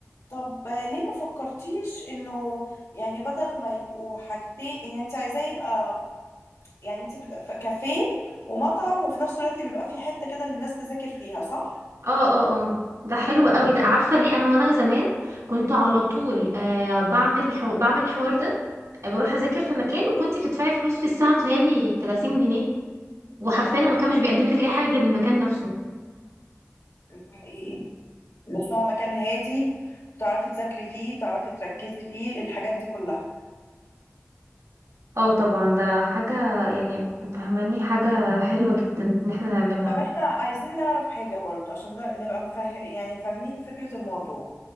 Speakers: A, on the left; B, on the right.
A: طب ليه ما فكرتيش انه يعني بدل ما يبقوا حاجتين ان انت عايزاه يبقى يعني انت بت- ف- كافيه ومطعم وفي نفس الوقت بيبقى فيه حتة كده للناس تذاكر فيها صح؟
B: اه اه اه ده حلو قوي ده عارفة ليه انا وانا زمان كنت على طول آه بعمل حو... بعمل الحوار ده آه، بروح اذاكر في مكان وكنتي بتدفعي فلوس في الساعة بتهيألي 30 جنيه وحرفيا
A: اه
B: المكان مش بيقدم لك اي حاجة غير المكان نفسه
A: ده حقيقي بس هو مكان هادي وتعرفي تذاكري فيه تعرفي تركزي فيه الحاجات دي كلها
B: اه طبعا ده حاجة يعني فهماني حاجة حلوة جدا ان احنا نعملها
A: طب احنا عايزين نعرف حاجة برضه عشان لا- نبقى مفه... يعني فاهمين فكرة الموضوع